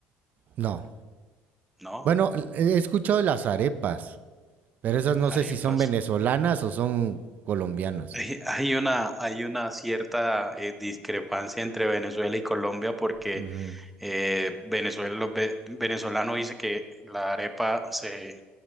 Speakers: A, on the right; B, in the centre.
A: no.
B: No,
A: Bueno, he escuchado de las arepas, pero esas no
B: arepas.
A: sé si son venezolanas o son colombianas.
B: Hay, hay una, hay una cierta eh, discrepancia entre Venezuela y Colombia porque
A: Ujú.
B: eh, Venezuela, los ve- venezolano dice que la arepa se,